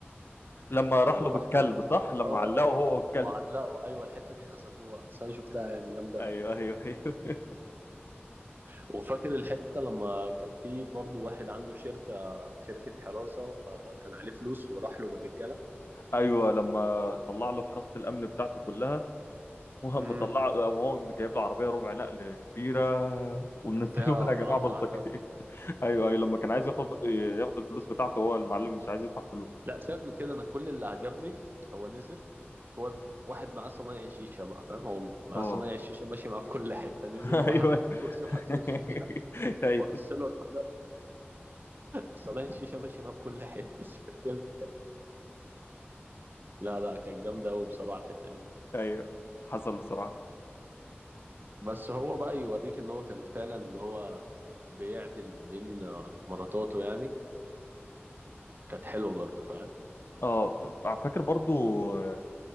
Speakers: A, on the left; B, on the right.
A: لما راح
B: لما
A: له
B: راح
A: بالكلب
B: له
A: صح لما
B: اه
A: علقه هو
B: و-
A: والكلب
B: وعلقوا ايوه الحته دي حذفوها بس انا شفتها يعني جامده
A: ايوه
B: قوي
A: ايوه ايوه
B: وفاكر الحتة لما كان في برضو واحد عنده شركة شركة حراسة فكان عليه فلوس وراح له بالرجالة
A: ايوه لما طلع له حراسه الامن بتاعته كلها وهم
B: امم
A: طلع وهو جايب له عربيه ربع نقل كبيره ومنزله
B: فيها
A: منها
B: أضعاف
A: يا جماعه بلطجيه
B: أعدادهم
A: <laughs> ايوه ايوه لما كان عايز ياخد ياخد الفلوس بتاعته هو المعلم مش عايز يدفع فلوس
B: لا سيبك من كده أنا كل اللي عجبني هو نزل هو واحد معاه صنايع شيشة بقى فاهم هو معاه
A: اه
B: صنايع شيشة ماشي معاه في كل حتة نزل
A: <laughs>
B: وقعد
A: ايوه
B: على الكرسي وحط
A: <laughs>
B: له الشيشة
A: ايوه
B: ورص له الحجر صنايع الشيشة ماشي معاه في كل حتة السكرتير بتاعه لا لا كانت جامدة أوي بصراحة الحتة دي
A: ايوه حصل بصراحه
B: بس هو بقى يوريك ان هو كان فعلا ان هو بيعدل بين مراتاته يعني كانت حلوه برضه فاهم
A: اه طب فاكر برضو آه،